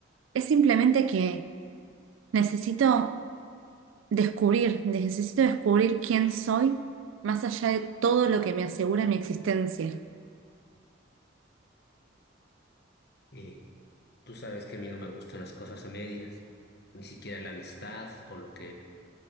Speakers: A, on the right; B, on the left.
A: Es simplemente que necesito descubrir, necesito descubrir quién soy más allá de todo lo que me asegura mi existencia.
B: Y tú sabes que a mí no me gustan las cosas a medias, ni siquiera la amistad o lo que,